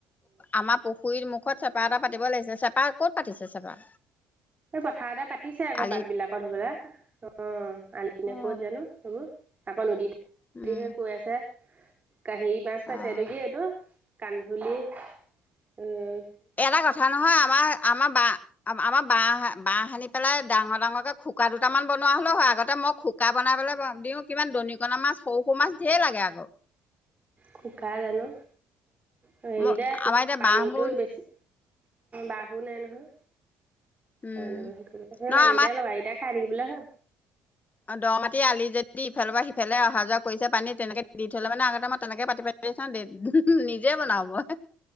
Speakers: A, on the left; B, on the right.
A: আমাৰ পুখুৰীৰ মুখত চেপা এটা পাতিব লাগিছে চেপা ক'ত পাতিছে চেপা
B: এই পথাাৰ এটা পাতিছে আকৌ
A: আলিত
B: বাট বিলাকত ধুবা অ আলি ননে
A: অ
B: ক'ত জানো সেইবোৰ আাকৌ নদী
A: উম
B: দেহে কি আছে কা হি মাছ পাইছে
A: অ
B: এইটো কি এইটো কান্ধুলি আহ
A: এটা কথা নহয় আমাৰ আমাৰ বা আমাৰ বাঁহ বাঁহ সানি পেলাই ডাঙৰ ডাঙৰকৈ খুোককা দুটামান বনোৱা হ'লেও হয় আগতে মই শোকা বনাবলৈ দিওঁ কিমান দণিকণা মাছ সৰু সৌ মাছ ধঢেৰ লাগে আকৌ
B: খুব খাই জানো হেৰি
A: মই
B: দে
A: আমাৰ এতিয়া
B: পানীটো
A: বাঁহবোৰ
B: বেছি বাহু নাই নহয়
A: উম
B: অ নেই সেই
A: নহয়
B: লাঙিটাই লা কেইটাই খাই থাকিবলৈ হ
A: আ, দ' মাটি আলি যদি, ইফালৰ পৰা সিফালে অহা যোৱা কৰিছে পানী, তেনেকে দি থলে মানে, আগতে মই তেনেকে পাতি পাতি চা, নিজে ব'নও মই।